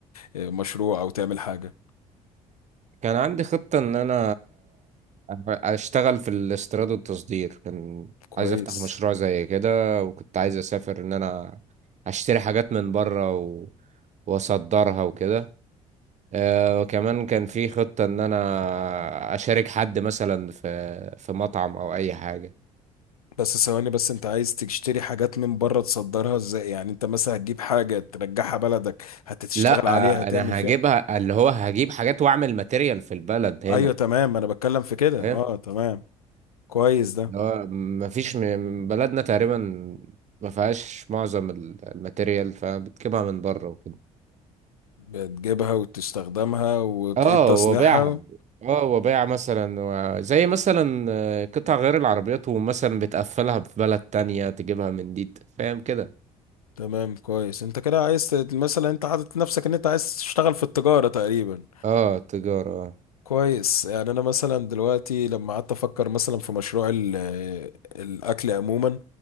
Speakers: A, on the left; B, on the right.
A: مشروع او تعمل حاجه
B: كان عندي خطة ان انا اشتغل في الاستيراد والتصدير كان
A: كويس
B: عايز افتح مشروع زي كده وكنت عايز اسافر ان انا اشتري حاجات من بره و... واصدرها وكده آه، وكمان كان في خطة ان انا اشارك حد مثلا في في مطعم او اي حاجة
A: بس ثواني بس انت عايز تشتري حاجات من بره تصدرها ازاي يعني انت مثلا هتجيب حاجه ترجعها بلدك هتشتغل
B: لا
A: عليها هتعمل
B: آه، انا
A: فيها
B: هجيبها اللي هو هجيب حاجات واعمل ماتيريال في البلد هنا
A: ايوه تمام انا بتكلم في كده
B: فاهم
A: اه تمام كويس ده
B: اللي هو مفيش م- بلدنا تقريبا ما فيهاش معظم ال- الماتيريال فبتجيبها من بره وكده
A: بتجيبها وتستخدمها وتعيد
B: اه
A: تصنيعها
B: وبيعها اه وبيع مثلا و- زي مثلا آه، قطع غير العربيات ومثلا بتقفلها في بلد تانية تجيبها من دي فاهم كده
A: تمام كويس انت كده عايز ت- مثلا انت حاطط نفسك ان انت عايز تشتغل في التجاره تقريبا
B: اه تجارة آه.
A: كويس يعني انا مثلا دلوقتي لما قعدت افكر مثلا في مشروع ال- آه، الاكل عموما